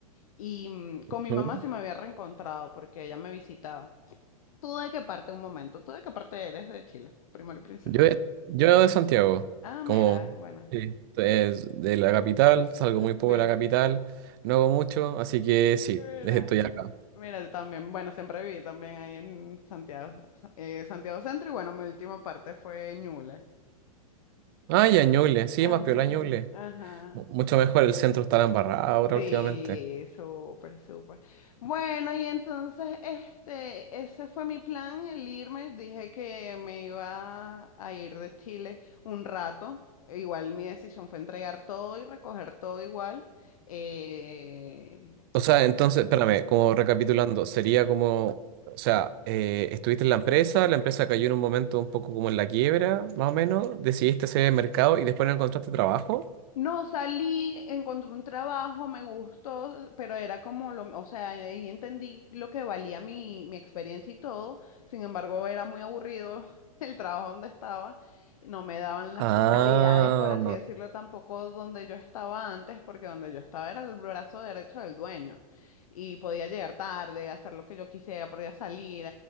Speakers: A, on the left; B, on the right.
A: y mm, con mi
B: ujú.
A: mamá se me había reencontrado porque ella me visitaba. ¿Tú de qué parte, un momento, tú de qué parte eres de Chile, primero y principal?
B: Yo, de- yo de Santiago,
A: Ah, mira,
B: como
A: bueno,
B: sí, es de la capital, salgo
A: yo
B: muy
A: t-
B: poco
A: viví,
B: de la capital, no hago mucho, así que sí,
A: mira,
B: <laughs> estoy acá.
A: mira, yo también, bueno, siempre viví también ahí en Santiago, eh, Santiago Centro y bueno, mi última parte fue Ñuble.
B: Ah, ya, Ñuble, sí,
A: Ajá,
B: más piola Ñuble.
A: ajá.
B: Mu- Mucho mejor, el centro está embarrado ahora
A: Sí,
B: últimamente.
A: súper, súper. Bueno, y entonces este, ese fue mi plan, el irme. Dije que me iba a ir de Chile un rato. Igual mi decisión fue entregar todo y recoger todo igual. Eh,
B: O sea, entonces, espérame, como
A: Sí.
B: recapitulando, sería como, o sea, eh, estuviste en la empresa, la empresa cayó en un momento un poco como en la quiebra, más o menos, decidiste hacer el mercado y después no encontraste trabajo.
A: No, salí, encontré un trabajo, me gustó, pero era como lo, o sea, ahí entendí lo que valía mi, mi experiencia y todo. Sin embargo, era muy aburrido <laughs> el trabajo donde estaba. y No me daban las
B: Ah,
A: comodidades, por así decirlo, tampoco donde yo estaba antes, porque donde yo estaba era el brazo derecho del dueño. Y podía llegar tarde, hacer lo que yo quisiera, podía salir.